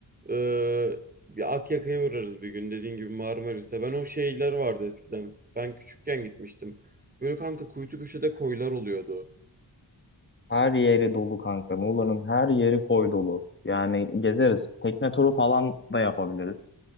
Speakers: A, on the right (about 20°); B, on the left (about 25°).
A: eee, bir Akyaka'ya uğrarız bir gün dediğin gibi Marmaris'e. Ben o şeyler vardı eskiden. Ben küçükken gitmiştim. Böyle kanka kuytu köşede koylar oluyordu.
B: Her yeri dolu kanka. Muğla'nın her yeri koy dolu. Yani gezeriz. Tekne turu falan da yapabiliriz.